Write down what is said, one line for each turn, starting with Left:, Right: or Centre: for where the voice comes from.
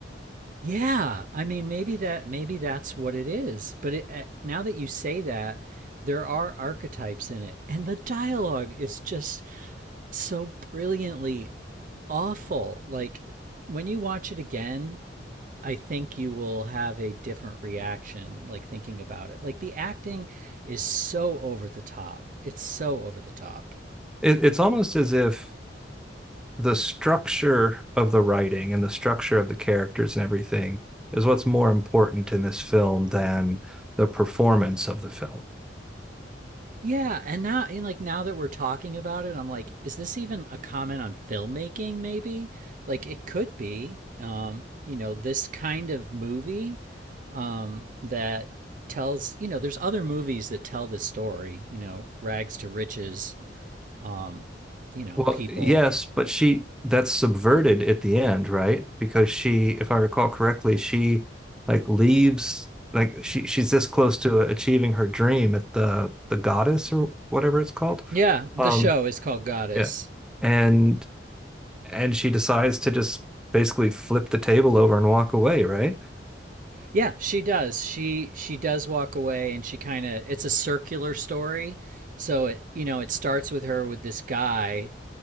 Right: Yeah, I mean, maybe that maybe that's what it is. But it, uh, now that you say that, there are archetypes in it, and the dialogue is just so brilliantly awful. Like when you watch it again, I think you will have a different reaction, like thinking about it. Like the acting is so over the top. It's so over the top.
Centre: It, it's almost as if the structure of the writing and the structure of the characters and everything is what's more important in this film than the performance of the film.
Right: Yeah, and now, and like now that we're talking about it, I'm like, is this even a comment on filmmaking? Maybe like it could be. Um, you know, this kind of movie um, that tells. You know, there's other movies that tell this story. You know, rags to riches. Um, you know,
Centre: Well,
Right: people.
Centre: yes, but she that's subverted at the end, right? Because she, if I recall correctly, she like leaves like she she's this close to achieving her dream at the the goddess or whatever it's called.
Right: Yeah, the
Centre: Um,
Right: show is called Goddess.
Centre: yeah. And and she decides to just basically flip the table over and walk away, right?
Right: Yeah, she does. She she does walk away and she kind of it's a circular story. So it you know, it starts with her with this guy,